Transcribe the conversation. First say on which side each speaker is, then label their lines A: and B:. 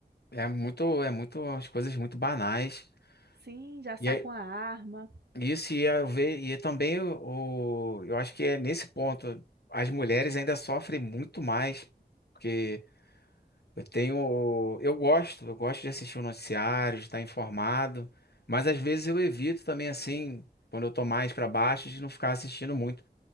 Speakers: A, on the left; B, on the right.
A: é muito, é muito, as coisas muito banais.
B: Sim, já saca
A: E é,
B: uma arma.
A: isso ia ver, e também o, eu acho que é nesse ponto as mulheres ainda sofrem muito mais, porque Eu tenho, eu gosto, eu gosto de assistir o noticiário, de estar informado, mas às vezes eu evito também assim, quando eu tô mais para baixo, de não ficar assistindo muito.